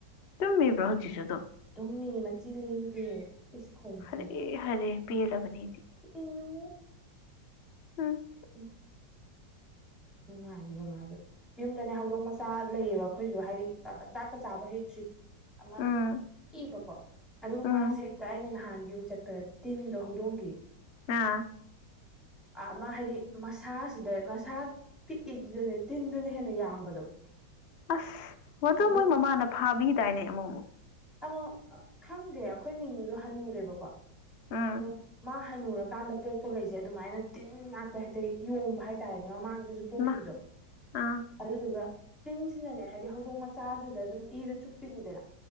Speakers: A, on the left; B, in the centre.
A: ꯇꯨꯝꯃꯤꯕꯔꯣ ꯍꯧꯖꯤꯁꯨ ꯑꯗꯨꯝ꯫
B: ꯇꯨꯝꯃꯤ ꯃꯆꯤ ꯂꯦꯡꯗꯦ ꯏꯁ <unintelligible>
A: ꯍꯔꯦ ꯍꯔꯦ ꯄꯤꯜꯂꯕꯅꯦ ꯑꯩꯗꯤ꯫
B: ꯏꯅꯨ꯫
A: <unintelligible>
B: ꯏꯁ <unintelligible> ꯅꯨꯡꯉꯥꯏꯔꯤꯕ ꯃꯥꯖꯨ꯫ ꯌꯨꯝꯗꯅꯦ ꯍꯧꯗꯣꯡ ꯃꯆꯥ ꯂꯩꯌꯦꯕ ꯑꯩꯈꯣꯏꯁꯨ ꯍꯥꯏꯗꯤ ꯆꯥꯛꯀ ꯆꯥꯕ ꯍꯩꯇ꯭ꯔꯤ ꯑꯃ
A: ꯎꯝ
B: ꯏꯕꯀꯣ ꯑꯗꯨꯒ
A: ꯎꯝ
B: ꯃꯥꯁꯦ ꯍꯦꯛꯇ ꯑꯩꯅ ꯅꯍꯥꯟ ꯌꯨꯝ ꯆꯠꯄꯗ ꯇꯤꯟꯒ ꯍꯧꯗꯣꯡꯈꯤ
A: ꯑꯥ
B: ꯑꯃ ꯍꯥꯏꯗꯤ ꯃꯁꯥꯁꯤꯗ ꯃꯁꯥ ꯄꯤꯛꯏꯗꯨꯗꯨꯅꯦ ꯇꯤꯟꯗꯨꯅ ꯍꯦꯟꯅ ꯌꯥꯝꯕꯗꯣ
A: ꯑꯁ ꯃꯗꯨ
B: ꯑꯗꯨ
A: ꯃꯣꯏ ꯃꯃꯥꯅ ꯐꯥꯕꯤꯗꯥꯏꯅꯦ ꯑꯃꯨꯛ ꯑꯃꯨꯛ꯫
B: ꯑꯗꯣ ꯈꯪꯗꯦ ꯑꯩꯈꯣꯏ ꯃꯤꯅꯨꯗꯣ ꯍꯟꯅꯨꯔꯦꯕꯀꯣ
A: ꯎꯝ
B: ꯑꯗꯣ ꯃꯥ ꯍꯟꯅꯨꯔꯀꯥꯟꯗ ꯄꯣꯛꯄꯈꯩꯖꯦ ꯑꯗꯨꯃꯥꯏꯅ ꯇꯤꯟ ꯉꯥꯛꯇ ꯍꯦꯛꯇ ꯌꯣꯕ ꯍꯥꯏꯇꯥꯔꯦꯅꯦ ꯃꯃꯥꯡ ꯑꯗꯨꯖꯨ ꯄꯣꯛꯈꯤꯕꯗꯣ꯫
A: ꯃꯥ ꯑꯥ
B: ꯑꯗꯨꯗꯨꯒ ꯇꯤꯟꯁꯤꯅꯅꯦ ꯍꯥꯏꯗꯤ ꯍꯧꯗꯣꯡ ꯃꯆꯥꯗꯨꯗ ꯑꯗꯨꯝ ꯏꯗꯨ ꯆꯨꯞꯄꯤꯅꯤꯗꯅ